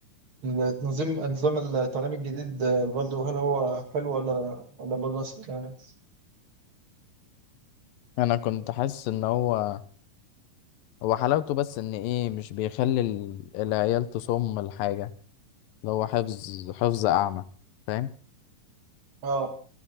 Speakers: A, on the right; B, on the left.
A: النظام النظام التعليمي الجديد آه، برضه هل هو حلو ولا ولا برضه نفس الكلام؟
B: أنا كنت حاسس إن هو هو حلاوته بس ان ايه مش بيخلي ال- العيال تصم الحاجة اللي هو حفظ حفظ اعمى فاهم
A: اه